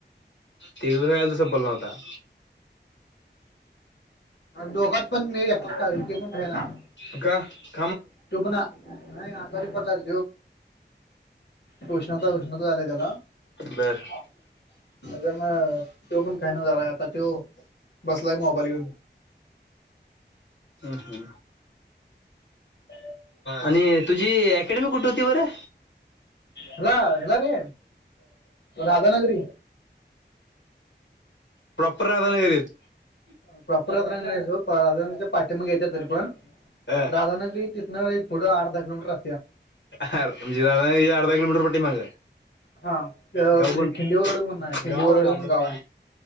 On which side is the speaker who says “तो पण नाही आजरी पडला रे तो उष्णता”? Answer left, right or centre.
Left